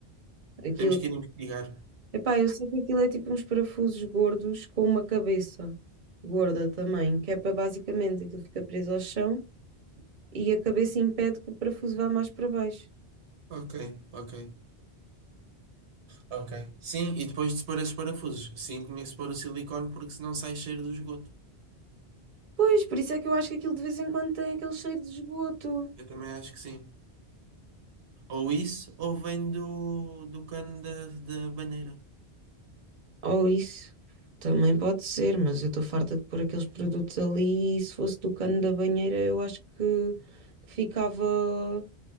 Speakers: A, on the right; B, on the right.
A: Aquilo,
B: Temos que ir investigar.
A: epá, eu sei que aquilo é tipo uns parafusos gordos com uma cabeça gorda também, que é para basicamente aquilo fica preso ao chão. e a cabeça impede que o parafuso vá mais para baixo.
B: Ok, ok. Ok. Sim, e depois de se pôr esses parafusos. Sim, tinha que se pôr o silicone porque senão sai cheiro do esgoto.
A: Pois, por isso é que eu acho que aquilo de vez em quando tem aquele cheiro de esgoto.
B: Eu também acho que sim. Ou isso, ou vem do, do cano da, da banheira.
A: Ou isso. Também pode ser, mas eu estou farta de pôr aqueles produtos ali e se fosse do cano da banheira eu acho que ficava,